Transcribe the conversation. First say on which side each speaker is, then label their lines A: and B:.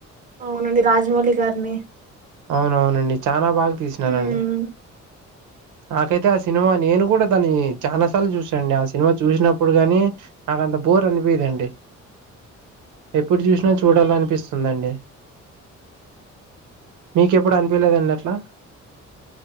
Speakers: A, on the right; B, on the right.
A: అవునండి. రాజమౌళి గారిని.
B: అవునవునండి చానా బాగా తీసినారండి.
A: హ్మ్.
B: నాకైతే ఆ సినిమా నేను కూడా దాని చాలా సార్లు చూసాండి ఆ సినిమా చూసినప్పుడు గాని నాకంత బోర్ అనిపీదండి ఎప్పుడు చూసినా చూడాల అనిపిస్తుందండి, మీకెప్పుడు అనిపియ లేదండి అట్లా